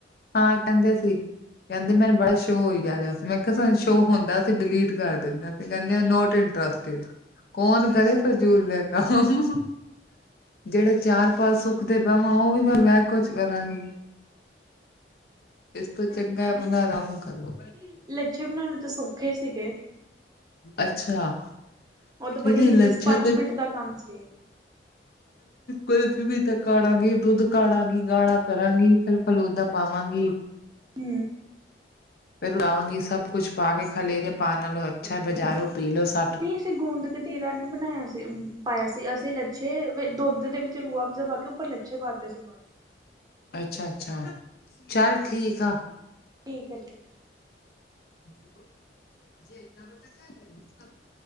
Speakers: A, on the left (about 55°); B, on the right (about 20°).
A: ਹਾਂ ਕੈਂਦੇ ਸੀ ਕੈਂਦੇ ਮੈਨੂੰ ਬੜਾ ਸ਼ੋਅ ਹੋਈ ਜਾ ਰਿਆ ਮੈਂ ਕਿਆ ਸਾਨੂੰ ਸ਼ੋ ਹੁੰਦਾ ਸੀਂ ਡਿਲੀਤਤ ਕਰ ਦਿੰਦੇ ਫਿਰ ਕੈਂਦੇ ਨੋਟ ਇੰਟਰ <unintelligible> ਕੌਣ ਕਰੇ ਫਜ਼ੂਲ ਦੇ ਕੰਮ। ਜੇੜੇ ਚਾਰ-ਪੰਜ ਸੁੱਖ ਦੇ ਬਾਮਾ ਓ ਵੀ ਮੈਂ ਐ ਕੁਛ ਕਰਾਂਗੀ। ਇਸ ਤੋਂ ਚੰਗਾ ਆਪਣਾ ਆਰਾਮ ਕਰੋ।
B: ਨੀ ਲੱਛੇ ਬਣਾਣੇ ਤਾਂ ਸੌਖੇ ਸੀਗੇ।
A: ਅੱਛਾ।
B: ਓ ਤਾਂ ਬੜੀ
A: ਇਹਦੇ
B: ਇੰਜੀ
A: ਲੱਛੇ
B: ਸੀ ਪੰਜ ਮਿੰਟ ਦਾ ਕੰਮ ਸੀ।
A: ਅਲਫੀ ਵੀ ਤਾਂ ਕਾੜਾਂਗੀ, ਦੁੱਧ ਕਾੜਾਂਗੀ ਗਾੜਾ ਕਰਾਂਗੀ ਫੇਰ ਫਲੋਦਾ ਪਾਵਾਂਗੀ
B: ਹੂੰ
A: ਫੇਰ ਲਵਾਂਗੀ ਸਭ ਕੁੱਛ ਪਾ ਕੇ ਖਲੇਰੇ ਪਾਣ ਨਾਲੋ ਅੱਛਾ ਏ ਬਜਾਰੋ ਪੀਲੋ ਸ
B: ਨੀ ਅਸੀਂ ਗੂੰਦ ਕਤੀਰਾ ਨੀ ਬਣਾਇਆ ਸੀ ਪਾਇਆ ਸੀ ਅਸੀਂ ਲੱਛੇ ਦੁੱਧ ਦੇ ਵਿੱਚ ਰੂ ਅਫਜ਼ਲ ਪਾ ਕੇ ਉੱਪਰ ਲੱਛੇ ਪਾਤੇ ਸੀ ਬਸ।
A: ਅੱਛਾ-ਅੱਛਾ ਚੱਲ ਠੀਕ ਆ।
B: ਠੀਕ ਐ ਠੀਕ ਐ।
A: <unintelligible>